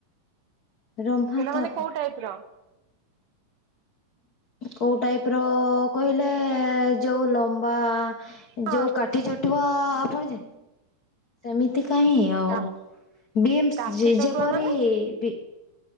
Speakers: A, on the left; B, on the right.
A: ରମ୍ଭା
B: ସେଇଟା
A: ତ
B: ମାନେ କୋଉ ଟାଇପ ର?
A: କୋଉ ଟାଇପ ର-ଅ-ଅ-ଅ କହିଲେ-ଏ-ଏ-ଏ ଯୋଉ ଲମ୍ବା-ଆ-ଆ-ଆ
B: ହଁ
A: ଯେଉଁ କାଠି ଛଟୁଆ-ଆ-ଆ-ଆ ଆପଣ ଯା ସେମିତି କାହିଁ ଆଉ
B: କା
A: ବିମ୍ସ
B: କାଠି
A: ଯେ
B: ଚଟୁଆ
A: ଯେପରି
B: ମାନେ
A: ବି